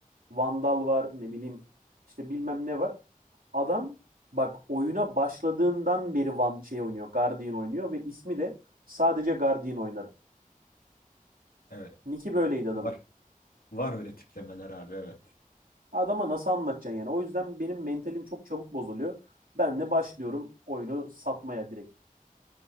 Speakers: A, on the right; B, on the left.
A: Vandal var. Ne bileyim işte bilmem ne var. Adam bak oyuna başladığından beri Van şey oynuyor. Guardian oynuyor ve ismi de sadece Guardian oynar.
B: Evet.
A: Nick'i böyleydi adamın.
B: Var. Var öyle tiplemeler abi evet.
A: Adama nasıl anlatacaksın yani? O yüzden benim mentalim çok çabuk bozuluyor. Ben de başlıyorum oyunu satmaya direkt.